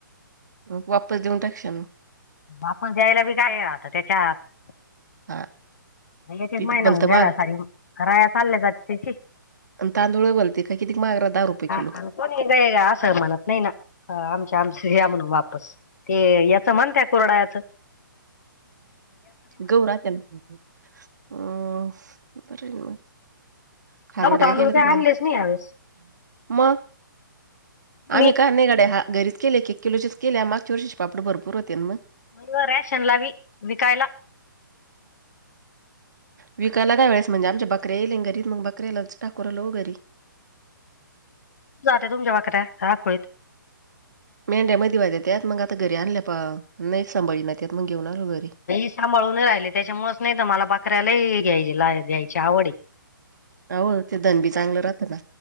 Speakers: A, on the right; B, on the left.
A: बा्? परत देऊन टाक शान.
B: आपण दयला बी काय हाय त्याच्या हातात.
A: हा
B: एक
A: पीठ
B: एक महिना
A: भलतं
B: होऊन
A: महाग
B: घरी साारी राया चालल्या जाती त्याची
A: अन तांदूळ भलते काय किती? महाग राहता दहा रुपये किलो.
B: अन कोणी असं म्हणत नाही ना आमच्या आमच्या या म्हणून वापस ते याच म्ह कोणत्या कुरडयाचं?
A: गहू राहत्या ना मग हम् बाराय ना मग. खारुड्या
B: गहू तांदूळ
A: केलं तुमही
B: काय आणलेच नाही यावेळेस
A: मग?
B: मी
A: आम्ही का नाही गा्या हा घरीच केले एक किलोचे केले मागच्या वर्षीचे पापड भरपूर होते मग.
B: नाही हो रॅशन ला बी विकायला
A: विकायला काय वेळेस म्हणजे आमच्या बकऱ्या येईले घरीत मग बकऱ्यालाच टाकू राहिलो हो घरी. <inaudible>
B: कुठे जाते तुमच्या बकऱ्या राखोळीत.
A: मेढ्या मध्ये होत्या त्या मग आता घरी आणल्या प नाही सांभाळ ना त्यात मग घेऊन आलो घरी.
B: सांभाळून राहिले त्याच्यामुळेच नाही तर मला बाकऱ्याला घ्यायची आवड ये.
A: हाव धनबी चांगलं राहत ना.